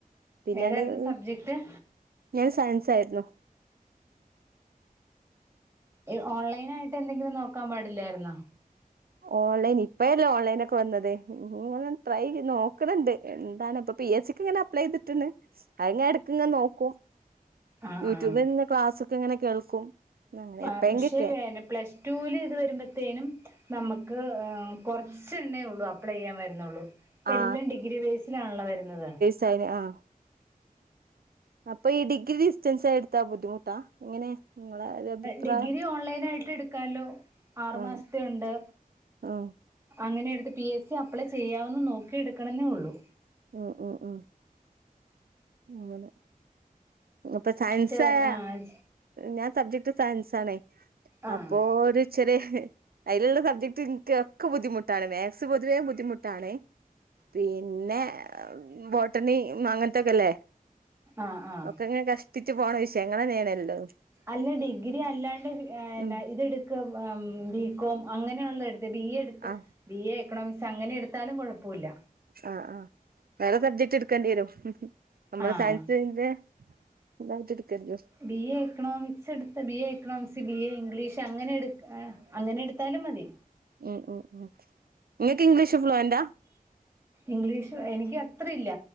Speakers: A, on the right; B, on the right.
A: പിന്ന
B: ഏതായിരുന്നു
A: ണ്ട്
B: സബ്ജക്ട്
A: ഞാൻ സയൻസായിരുന്നു
B: ഈ ഓൺലൈനായിട്ട് എന്തെങ്കിലും നോക്കാൻ പാടില്ലായിരുന്നോ
A: ഓൺലൈൻ ഇപ്പഴല്ലേ ഓൺലൈൻ ഒക്കെ വന്നത് ഞാനൊന്ന് ട്രൈ ചെയ് നോക്ക്ണ് ണ്ട് എന്താണ് ഇപ്പം പി എ സിക്ക്ങ്ങനെ അപ്ലൈ യ്തിട്ട്ണ് അഹ്ങ്ങെ എട്ക്ക് ഇങ്ങെ നോക്കും
B: ആഹ്
A: യൂട്യൂബിൽ
B: ആഹ്
A: നിന്ന് ക്ലാസ്സക്കെ ഇങ്ങനെ കേൾക്കും അങ്ങനെ
B: ആഹ്
A: എപ്പഴെങ്കിലൊക്കെ
B: പക്ഷെ വേന്നെ പ്ലസ് ടുൽ ഇത് വരുമ്പോത്തേനും നമുക്ക് കുറച്ചെണ്ണെ യെള്ളൂ അപ്ലൈ ചെയ്യാൻ വരുന്നുള്ളൂ ഇപ്പ
A: ആ
B: എല്ലാം ഡിഗ്രി വേസിലാണല്ലോ വരുന്നത്
A: ചൈനി ആഹ് അപ്പൊ ഈ ഡിഗ്രി ഡിസ്റ്റൻസായി എടുത്താ ബുദ്ധിമുട്ടാ എങ്ങനെ നിങ്ങളെ ഒരു അഭിപ്രായം
B: ഡിഗ്രി ഓൺലൈൻ ആയിട്ട് എടുക്കാല്ലോ ആറുമാസത്തെ
A: ആ
B: ണ്ട്
A: ആ
B: അങ്ങനെ എടുത്ത് പി എസ് സി അപ്ലൈ ചെയ്യാവന്ന് നോക്കിയ എടുക്കണേ ന്നൊള്ളൂ
A: ആ ആ ആ അങ്ങനെ അപ്പം സയൻസായ
B: ചെ ആഹ്
A: ഞാൻ സബ്ജക്ട് സയൻസ് ആണേ
B: ആഹ്
A: അപ്പോ ര് ചെറിയെ അയില്ള്ള സബ്ജക്ട് ഇൻക്ക് ഒക്കെ ബുദ്ധിമുട്ടാണ് മേത്‌ സ് പൊതുവേ ബുദ്ധിമുട്ടാണേ പിന്നെ ബോട്ടണി അങ്ങനത്തൊക്കെല്ലേ
B: ആഹ് ആഹ്
A: ക്കങ്ങനെ കഷ്ടിച്ചു പോണ വിഷയങ്ങള നേണ് എല്ലോ
B: അല്ല ഡിഗ്രി അല്ലാണ്ട് എനാ
A: ഉം
B: ഇത് ടു ക്കും ബി കോം അങ്ങനെയുള്ളടുത്ത് ബി എ എടു ത്ത്
A: ആ
B: ബി എ എക്കണോമിക്സ് അങ്ങനെ എടുത്താലും കൊഴപ്പുല്ല
A: ആഹ് ആഹ് വേറെ സബ്ജക്ട് എടുക്കേണ്ടി വരും നമ്മള്
B: ആഹ്
A: സയൻസിന്റെ തായിട്ട് ഇട് ക്ക ര്ത്
B: ബി എക്കണോമിക്സ് എടുത്ത B economics B A English അങ്ങനെ എടു ആ അങ്ങനെ എടുത്താലും മതി
A: ഉം ഉം ഉം ഇങ്ങൾക്ക് ഇംഗ്ലീഷ് ഫ്ലുവന്റാ
B: ഇംഗ്ലീഷ് എനിക്ക് അത്ര ഇല്ല